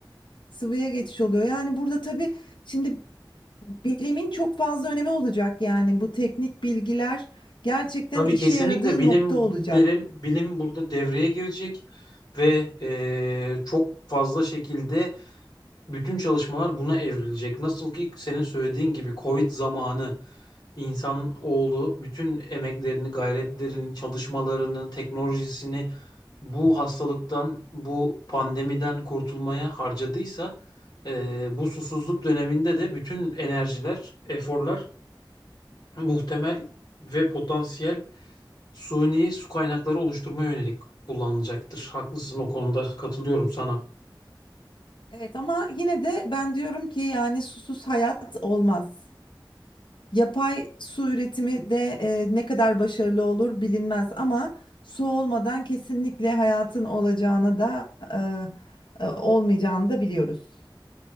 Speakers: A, on the left; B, on the left.
A: sıvıya geçiş oluyor. Yani burada tabii şimdi bilimin çok fazla önemi olacak. Yani bu teknik bilgiler gerçekten
B: Tabii
A: işe
B: kesinlikle
A: yaradığı
B: bilim
A: nokta olacak.
B: derim, bilim burada devreye girecek ve eee, çok fazla şekilde bütün çalışmalar buna evrilecek. Nasıl ki senin söylediğin gibi Covid zamanı insan oğlu bütün emeklerini, gayretlerini, çalışmalarını, teknolojisini bu hastalıktan, bu pandemiden kurtulmaya harcadıysa eee, bu susuzluk döneminde de bütün enerjiler, eforlar muhtemel ve potansiyel suni su kaynakları oluşturmaya yönelik kullanılacaktır. Haklısın o konuda katılıyorum sana.
A: Evet ama yine de ben diyorum ki yani susuz hayat olmaz. Yapay su üretimi de e, ne kadar başarılı olur bilinmez ama su olmadan kesinlikle hayatın olacağına da e, e, olmayacağını da biliyoruz.